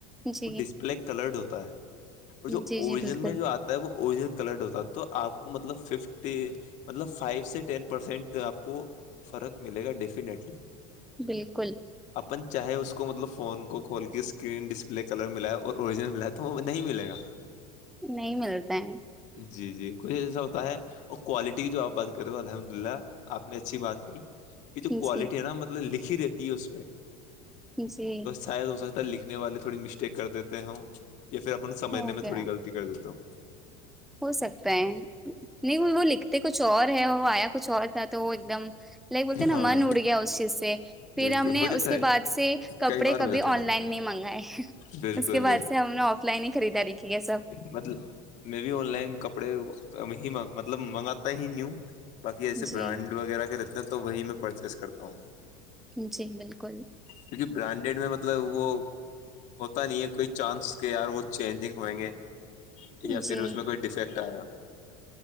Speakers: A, in the centre; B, on the left.
A: جی
B: وہ ڈسپلے کلرڈ ہوتا ہے اور جو
A: جی جی
B: اوریجن
A: بالکل
B: میں جو آتا ہے وہ اجنل کلرڈ ہوتا تو آپ کو مطلب ففٹی مطلب فائیو سے ٹین پرسینٹ آپ کو فرق ملے گا ڈیفینٹلی
A: بالکل
B: اپن چاہے اس کو مطلب فون کو کھول کے اسکرین ڈسپلے کلر ملاائے اوریجنل ملا تو وہ نہیں ملے گا
A: نہیں ملتا ہے
B: جی جی کچھ ایسا ہوتا ہے اور کوالٹی کی جو آپ بات کریں الحمد اللہ آپ نے اچھی بات کہ یہ جو
A: جی
B: کوالٹی ہے نا مطلب لکھی رہتی ہے اس پ میں
A: جی
B: شاید ہو سکتا ہے لکھنے والے تھوڑی مسٹیک کر دیتے ہ یا پھر اپنے سمجھنے
A: ہو
B: میں
A: گیا
B: تھوڑی غلط کر دی تو
A: ہو سکتا ہے نہیں
B: اچھا
A: وہ وہ لکھتے کچھ اور ہے وہ آیا کچھ اور تھا تو وہ ایک دم لائگ بولتے ن
B: ہاں
A: من اڈگی اوشی سے پھر
B: بالکل
A: ہم نے
B: ہو جاتا
A: اس کے
B: ہے
A: بعد سے کپڑے
B: کئی بار ہو
A: کبھی
B: جاتا
A: آن
B: ہے
A: لائن نہیں منگائے
B: بالکل
A: اس کے بعد سے ہم نے آف لائن ہی خریداری کی ہے سب
B: م میں بھی آن لائن کپڑے مطلب منگاتا ہی نیو باقی ایسے
A: جی
B: برانڈ وغیرہ کے رہتے ہیں تو وہی میں پرچیز کرتا ہوں
A: جی بالکل
B: کیونکہ برانڈیڈ میں مطلب وہ ہوتا نہیں ہے کوئی چانس کے یار وہ چینجنگ ہوئیں گے یا
A: جی
B: پھر اس میں کوئی ڈیفیکٹ آیا